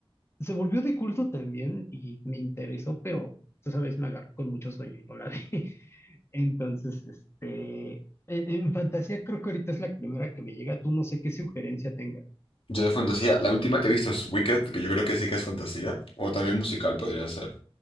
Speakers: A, on the left; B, on the left.
A: se volvió de culto también y me interesó, pero tú sabes, me agarró con mucho sueño y no la vi. <laughs> Entonces, este, en, en fantasía creo que ahorita es la primera que me llega. Tú no sé qué sugerencia tenga.
B: Yo de fantasía, la última que he visto es Wicked, que yo creo que sí que es fantasía, o también musical podría ser,